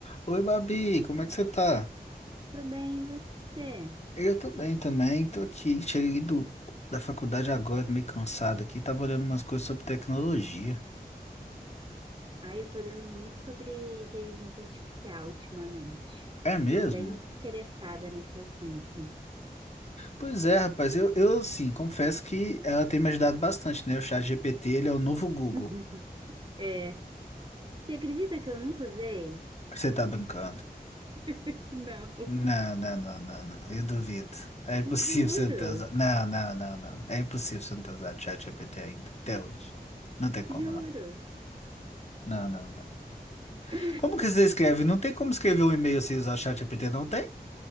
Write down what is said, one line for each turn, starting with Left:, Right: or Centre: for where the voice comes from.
Left: Oi, Babi, como é que você tá?
Right: Tô bem, e você?
Left: Eu tô bem também, tô aqui, cheguei do, da faculdade agora, meio cansado aqui, tava olhando umas coisas sobre tecnologia.
Right: Ai, eu tô lendo muito sobre inteligência artificial ultimamente.
Left: É mesmo?
Right: Tô bem interessada nesse assunto.
Left: Pois é, rapaz, eu, eu sim, confesso que ela tem me ajudado bastante, né? O chat GPT, ele é o novo Google.
Right: <laughs> É. Você acredita que eu nunca usei?
Left: Você tá brincando?
Right: <laughs> Não.
Left: Não, não, não, não, não, eu duvido. É impossível
Right: Juro,
Left: você não ter usado. Não, não, não, não. É impossível você não ter usado o chat GPT ainda, até hoje. Não tem como,
Right: juro.
Left: não. Não, não, não.
Right: Eu
Left: Como que você escreve? Não tem como escrever um e-mail sem usar o ChatGPT, não tem?